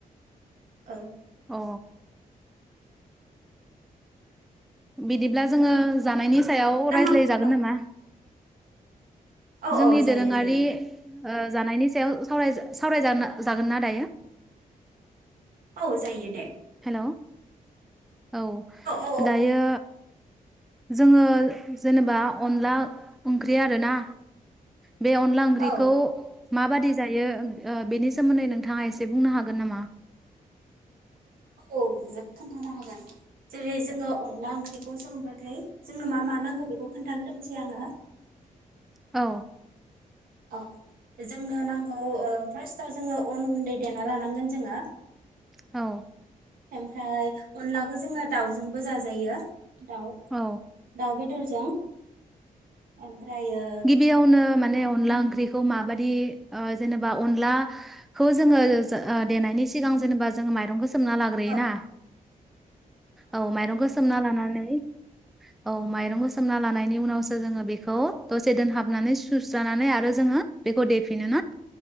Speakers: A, on the right (about 75°); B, in the centre.
A: ओं।
B: अ बिदिब्ला जोङो जानायनि सायाव
A: ना
B: रायज्लायजागोन
A: मा औ
B: नामा?
A: औ
B: जोंनि
A: औ जायो
B: दोरोङारि
A: जायो
B: जानायनि सायाव सावराय जागोना दायो?
A: औ जायो दे।
B: हेल' औ
A: औ
B: दायो जोङो जेनेबा अनला ओंख्रि आरोना बे अनला ओंख्रिखौ
A: औ
B: माबादि जायो। ओ बेनि सोमोन्दै नोंथाङा एसे बुंनो हागोन नामा?
A: औ खोनथानो हागोन। जेरै जोङो अनला ओंख्रिखौ संबाथाय जोंनो मा मा नांगौ बेखौ खोन्थाग्रोनोसै आङो।
B: औ।
A: अ जोंनो नांगौ ओ फार्स्टआव जोङो अन गुन्दै देना लानांगोन जोङो।
B: औ
A: ओमफ्राय अनलाखौ जोङो दाउजोंबो जाजायो। दाउ
B: औ।
A: दाउ बेदरजों ओमफ्रायो
B: बेयावनो माने अनला ओंख्रिखौ माबायि ओ जेनेबा अनला खौ जोङो ओ देनायनि सिगां जेनेबा जोङो माइरंखौ सोमना लाग्रोयोना
A: ओ
B: औ माइरंखौ सोमना लानानै औ माइरंखौ सोमना लानायनि उनावसो जोङो बेखौ दसे दोनहाबनानै सुस्रानानै आरो जोङो बेखौ देफिनोना?